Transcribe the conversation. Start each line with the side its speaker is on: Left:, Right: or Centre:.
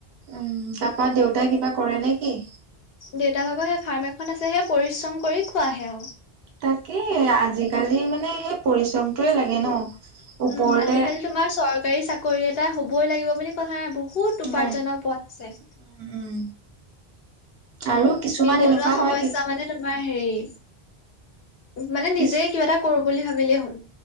Right: উম, তাৰপা দেউতাই কিবা কৰে নে কি?
Left: দেউতাৰ ভাগৰ সেই ফাৰ্ম এখন আছে হে পৰিশ্ৰম কৰি খোৱাহে আও।
Right: তাকে, আজিকালি মানে সেই পৰিশ্ৰমটোৱে লাগে ন'। ওপৰতে
Left: উম, আজিকালি তোমাৰ চৰকাৰী চাকৰি এটা হ'বই লাগিব বুলি কথা নাই, বহুত উপাৰ্জনৰ
Right: নাই
Left: পথ আছে।
Right: উম, উম। আৰু কিছুমান
Left: নিৱনুৱা
Right: এনেকুৱা
Left: সমস্যা
Right: হয় কি
Left: মানে তুমি তোমাৰ হেৰি, মানে নিজে
Right: কিছ
Left: কিবা এটা কৰোঁ বুলি ভাবিলেই হ'ল।